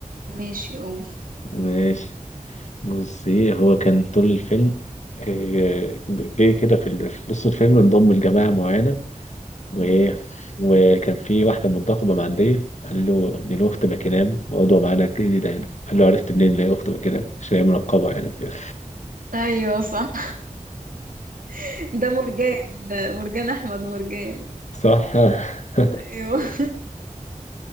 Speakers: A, on the right; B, on the left.
A: ماشي قول
B: ماشي بصي هو كان طول الفيلم آه، جه كده في ال- في نص الفيلم انضم لجماعة معينة وإيه
A: مم.
B: وكان في واحدة منتخبة معدية قال له إن له أخت باكينام موضوع معانا جديدة هنا قال له عرفت منين إن هي أخت باكينام عشان هي منقبة يعني كده
A: أيوة صح <laughs> ده مرجان ده مرجان أحمد مرجان
B: صح <laughs>
A: أيوة <laughs>